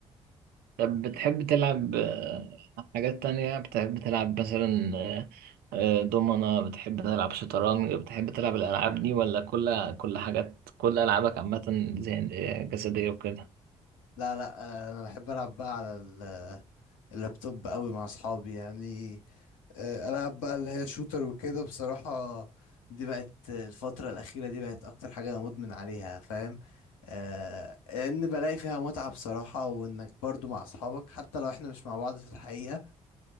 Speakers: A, on the right; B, on the left.
A: طب بتحب تلعب آه، حاجات تانية بتحب تلعب مثلا آه، آه، دومنة بتحب تلعب شطرنج بتحب تلعب الألعاب دي ولا كل كل حاجات كل ألعابك عامة زي آه، جسدية وكده
B: لا لا آه، انا بحب العب بقى على ال- اللابتوب قوي مع اصحابي يعني آه، العب بقى اللي هي شوتر وكده بصراحة دي بقت الفترة الأخيرة دي بقت أكتر حاجة أنا مدمن عليها فاهم آه، لأن بلاقي فيها متعة بصراحة وإنك برضو مع أصحابك حتى لو إحنا مش مع بعض في الحقيقة